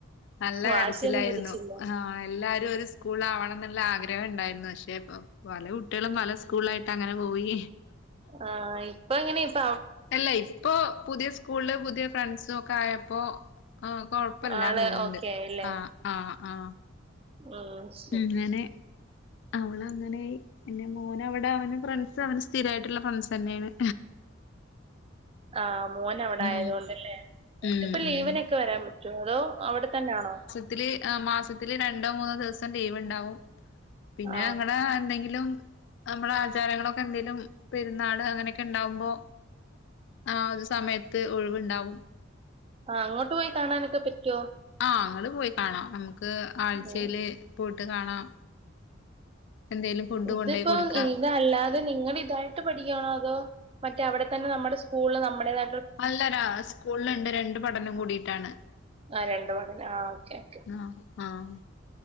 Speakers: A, on the left (about 60°); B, on the right (about 30°).
A: നല്ല
B: വാശിയൊന്നും
A: കരച്ചിലായിരുന്നു
B: പിടിച്ചില്ലേ
A: ആഹ് എല്ലാരും ഒരു സ്കൂളിലവണം ന്നുള്ള ആഗ്രഹം ഉണ്ടായിരുന്നു പക്ഷേ ഇപ്പൊ പല കുട്ടികളും പല സ്കൂളിലായിട്ട് അങ്ങനെ പോയി
B: ആ ഇപ്പ ങ്ങനെ ഇപ്പ
A: അല്ല ഇപ്പോ പുതിയ സ്കൂളില് പുതിയ ഫ്രൻസ് ഒക്കെ ആയപ്പോ ആഹ് കൊഴപ്പല്ല
B: ആള്
A: തോന്നുന്നുണ്ട്
B: ഓക്കെ ആയില്ലേ
A: ആഹ് ആഹ് ആ
B: ഉം ശ-
A: ഉ അങ്ങനെ അവളങ്ങനൊയി പിന്നെ മോന വിടെ അവന് ഫ്രണ്ട്സ് അവന് സ്ഥിരായിട്ടുള്ള ഫ്രണ്ട്സ് തന്നെയാണ്
B: ആഹ് മോന് അവിടെ ആയതൊണ്ട്
A: ഉം
B: ല്ലേപ്പം
A: ഉം
B: ലീവിനൊക്കെ
A: ഉം
B: വരാൻ പറ്റോ അതോ അവിടെത്തന്നൊണോ?
A: തില് മാസ ൽ രണ്ടോ മൂന്നോ ദിവസം ലീവ് ണ്ടാവും പിന്നെ
B: ആ
A: അങ്ങടെ എന്തെങ്കിലും നമ്മുടെ ആചാരങ്ങളൊക്കെ ന്തെങ്കലും പെരുന്നാൾ അങ്ങനെയൊക്കെ ണ്ടാവുമ്പോ ആ ഒരു സമയത്ത് ഒഴിവുണ്ടാവും
B: ആ അങ്ങോട്ട് പോയി കാണാനൊക്കെ പറ്റോ
A: ആഹ് അങ്ങട് പോയി കാണാം നമുക്ക് ആഴ്ചൽ
B: ഉം
A: പോയിട്ട് കാണാം. എന്തേലും ഫുഡ്
B: ഇതിപ്പ
A: കൊണ്ടോയി കൊടുക്കാം
B: ഇതാ - അല്ലാതെ നിങ്ങള് ഇതായിട്ട് പഠിക്കണോ അതോ മറ്റേ അവിടെ തന്നെ നമ്മുടെ സ്കൂള് നമ്മുടെത
A: അല്ലടാ സ്കൂളിൽണ്ട് രണ്ട് പഠനം കൂടിയിട്ടാണ്.
B: ആ രണ്ട് ഉണ്ട് ആ ഓക്കെ ഓക്കെ
A: ആ ആഹ്